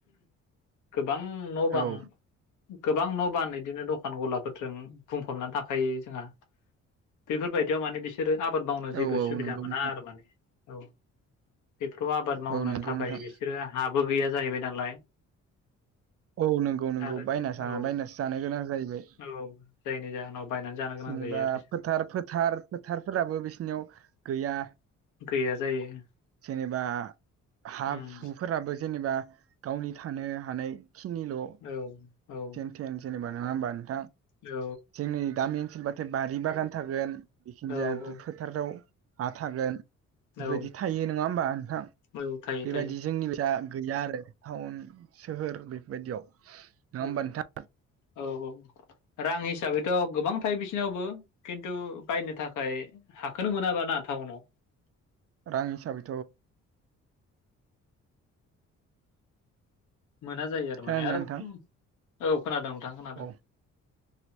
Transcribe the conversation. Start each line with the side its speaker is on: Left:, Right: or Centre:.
Left: गोबां न' बां
Right: औ
Left: गोबां न' बान बिदिनो दखान गलाफोरजों बुंफबनानै थाखायो। जोंहा बेफोरबायदियाव माने बिसोरो आबाद मावनो
Right: औ
Left: जेबो
Right: औ
Left: सुबिदा
Right: नंगौ
Left: मोना
Right: नोंथां
Left: आरो माने। औ बेफोराव आबाद मावनो
Right: औ नंगौ
Left: थाखाय
Right: नोंथां
Left: बिसोरो हाबो गैया जाहैबाय नालाय।
Right: औ नंगौ नंगौ
Left: आरो
Right: बायना
Left: औ
Right: बायनासो जानो गोनां जाहैबाय।
Left: औ। जायनि जाहोनाव बायनानै जानो गोनां
Right: जेनेबा
Left: जायो आरो
Right: फोथार फोथार फोथारफोराबो बिसिनियाव गैया।
Left: गैया जायो।
Right: जेनेबा हा
Left: उम
Right: हुफोराबो जेनेबा गावनि थानो हानायखिनिल'
Left: औ औ।
Right: थेन सेनेबा नङा होनबा नोंथां?
Left: औ
Right: जोंनि गामि ओनसोलबथाय बारि बागान थारागोन बेखिनि
Left: औ
Right: जाया फोथाराव हा थागोन बेफोरबायदि
Left: औ औ
Right: थायो नङा होमबा नोंथां?
Left: औ थायो
Right: बेबायदि
Left: थायो
Right: जोंनि गैया आरो टाउन सोहोर बेफोरबायदियाव। नङा
Left: औ
Right: होमबा नोंथां
Left: औ औ रां हिसाबैथ' गोबां थायो बिसिनावबो। खिन्थु बायनो थाखाय हाखोनो मोनाबा ना टाउनाव।
Right: रां हिसाबैथ'
Left: मोना जायो आरो
Right: खोनादोंना
Left: माने आरो
Right: नोंथां
Left: औ खोनादों नोंथां खोनादों।
Right: औ